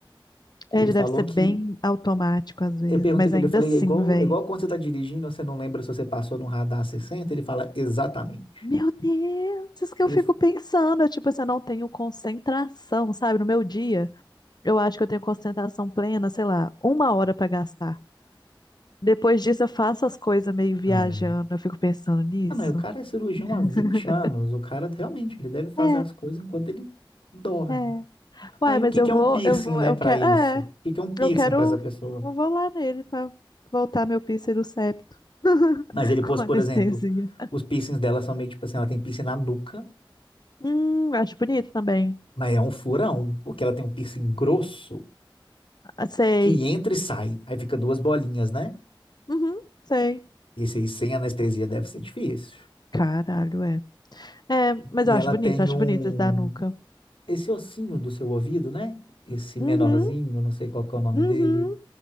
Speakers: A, on the left; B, on the left.
A: Ele
B: É, ele
A: falou
B: deve ser
A: que.
B: bem automático às vezes,
A: Eu perguntei
B: mas
A: pra
B: ainda
A: ele, eu falei,
B: assim,
A: é igual,
B: velho.
A: é igual quando você tá dirigindo, você não lembra se você passou no radar 60? Ele fala, exatamente.
B: Meu Deus! Isso que
A: Ele.
B: eu fico pensando. é Tipo, assim, eu não tenho concentração, sabe? No meu dia, eu acho que eu tenho concentração plena, sei lá, uma hora pra gastar. Depois disso, eu faço as coisas meio viajando.
A: É.
B: Eu fico pensando nisso.
A: Ah, mas o cara é cirurgião
B: <laughs>
A: há 20 anos. O cara realmente, ele deve fazer
B: É,
A: as coisas enquanto ele dorme.
B: é, é. Uai,
A: Aí
B: mas
A: o que
B: eu
A: que é
B: vou,
A: um piercing,
B: eu vou,
A: né,
B: eu
A: pra
B: quero,
A: isso?
B: é,
A: O que que é um piercing
B: eu quero,
A: pra essa pessoa?
B: eu vou lá nele pra voltar meu do septo
A: Mas
B: <laughs>
A: ele pôs,
B: com anestesia.
A: por exemplo, os piercings dela são meio tipo assim, ela tem piercing na nuca,
B: Hum, eu acho bonito também.
A: mas é um furão, porque ela tem um piercing grosso
B: Ah, Sei.
A: que entra e sai, aí fica duas bolinhas, né?
B: Uhum, sei.
A: Esse aí sem anestesia deve ser difícil.
B: Caralho, é. É, mas
A: E
B: eu
A: ela
B: acho bonito,
A: tem
B: acho
A: um
B: bonito esse da nuca.
A: esse ossinho do seu ouvido, né? Esse
B: Uhum,
A: menorzinho, não sei qual que é o nome
B: uhum,
A: dele,